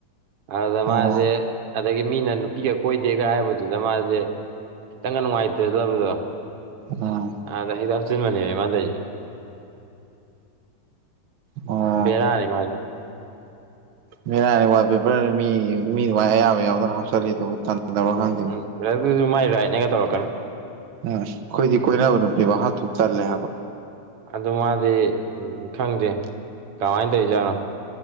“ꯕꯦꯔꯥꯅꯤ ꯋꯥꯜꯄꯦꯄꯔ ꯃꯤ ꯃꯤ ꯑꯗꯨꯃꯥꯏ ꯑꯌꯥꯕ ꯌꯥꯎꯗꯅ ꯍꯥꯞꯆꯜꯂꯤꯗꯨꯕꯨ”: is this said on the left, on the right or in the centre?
Right